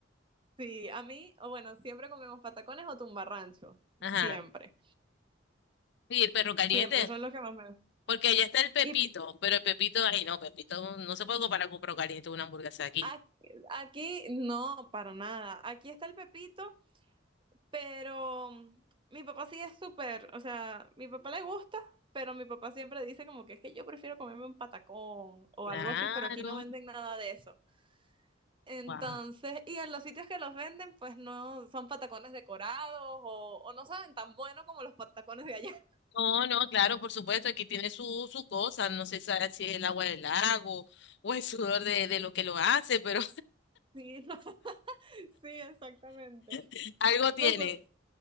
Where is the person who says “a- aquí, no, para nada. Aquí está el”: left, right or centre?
Right